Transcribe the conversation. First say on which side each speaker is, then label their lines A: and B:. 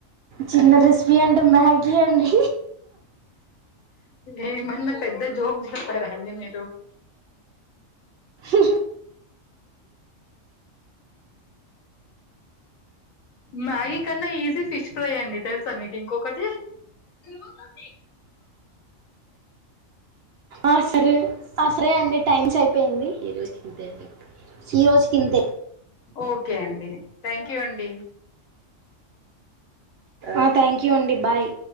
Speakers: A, on the right (about 60°); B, on the left (about 80°).
A: చిన్న క్రిస్పీ అండి మ్యాగ అండి
B: ఏమన్నా పెద్ద జోక్ చెప్పారాండి మీరు
A: హ
B: మ్యాగీ కన్నా ఈజీ ఫిష్ ఫ్రై అండి తెలుసా మీకు ఇంకొకటి ర
A: ఆ సరే ఆ సరే అండి టైమ్స్ అయిపోయింది హరోజ్ కంద హీరోజ్కిింద
B: ఓకే అండి థ్యాంక్ యూ అండి
A: ఆ థ్యాంక్ యూ అండి బాయ్